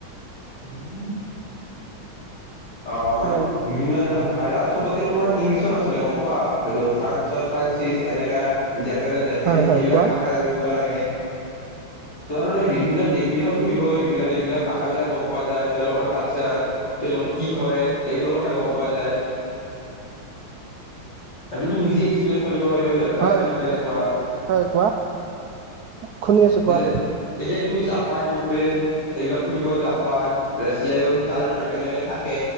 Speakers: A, on the left; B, on the right.
A: উম <inaudible> অ মানে
B: হয়
A: তোমাৰ বিভিন্ন জেগাৰ ভাষা আৰু চবতে তোমাৰ ইংলিছত নচলে গম পোৱা এই ফ্ৰানসত ফ্ৰানসিছ এনেকা জাপানৰ জেপানিজ
B: হয় হয়
A: এইবিলাক
B: কোৱা
A: ভাষা জানিব লাগে তাৰ মানে বিভিন্ন দেশ বিদেশত ফুৰিব গলে বিভিন্ন দেশ বিদেশত ভাষা বিলাক গম তেওঁলোকৰ কালচাৰ তেওঁলোকে কি কৰে এইবোৰ কথা গম পোৱা যায় আৰু তুমি নিজে এক্সপ্ৰীয়েনছ কৰিব পাৰিবা সিহঁতৰ
B: হয়
A: কালচাৰটো কেনেকুৱা
B: হয় কোৱা শুনি আছো কোৱা
A: এতিয়া
B: হয়
A: এতিয়া তুমি জাপান ইউক্ৰেইন এইবিলাক ফুৰিব যাব ফ্ৰান্স ৰাছিয়া এইবোৰ তাৰে মানুহ কেনেকে থাকে